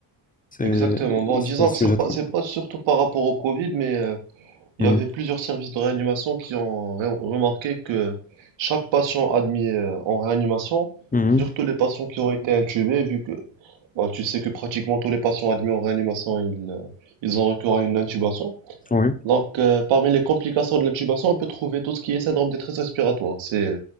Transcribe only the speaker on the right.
exactement. Bon,
disons
que c'est pas,
c'est pas surtout par rapport au Covid, mais. euh, Il
y avait plusieurs services de réanimation qui ont re- remarqué que chaque patient admis euh, en réanimation,
surtout les patients qui ont été intubés, vu que bah, tu sais que pratiquement tous les patients admis en réanimation, ils, euh, ils ont recours à une intubation.
Donc, euh, parmi les complications de l'intubation, on peut trouver tout ce qui est syndrome détresse respiratoire. C'est